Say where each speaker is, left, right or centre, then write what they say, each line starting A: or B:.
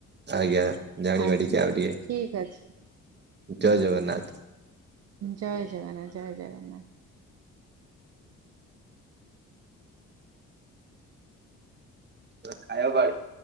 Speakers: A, on the right (about 35°); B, on the right (about 55°).
A: ଆଜ୍ଞା ଜାଣିବା
B: ଆଚ୍ଛା
A: ଟିକେ ଆଉ
B: ଆଚ୍ଛା
A: ଟିକେ
B: ଠିକ ଅଛି
A: ଜୟ ଜଗନ୍ନାଥ।
B: ଜୟ ଜଗନ୍ନାଥ ଜୟ ଜଗନ୍ନାଥ।
A: ରା ଖାଇବା ବାଢ଼।